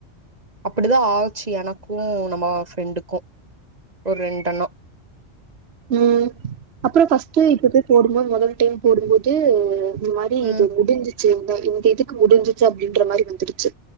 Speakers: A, on the right (about 35°); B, on the right (about 60°).
A: அப்டிதா ஆச்சு எனக்கு நம்ம ஃப்ரெண்டுக்கு ஒரு ரெண்டனா
B: உம் அப்புறம் ஃபர்ஸ்ட்டு இப்பத போடு மொ மொதல்ல டைம் போடும்போது மாரி
A: ம்
B: இது முடிஞ்சி சி இந்த இந்த இதுக்கு முடிஞ்சிச்சு அப்டின்ற மாரி வந்துருச்சு